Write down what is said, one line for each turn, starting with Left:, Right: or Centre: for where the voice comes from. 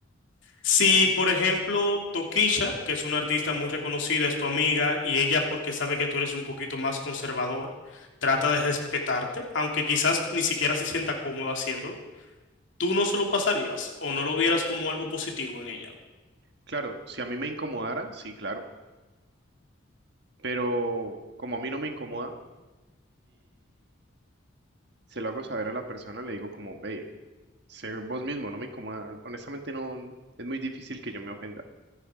Left: Si, por ejemplo, Tokisha, que es una artista muy reconocida, es tu amiga y ella, porque sabe que tú eres un poquito más conservador, trata de respetarte, aunque quizás ni siquiera se sienta cómoda haciéndolo, tú no se lo pasarías o no lo vieras como algo positivo en ella.
Right: Claro, si a mí me incomodara, sí, claro. Pero como a mí no me incomoda, se lo hago saber a la persona, le digo como, ve, sé vos mismo, no me incomoda. Honestamente, no, es muy difícil que yo me ofenda.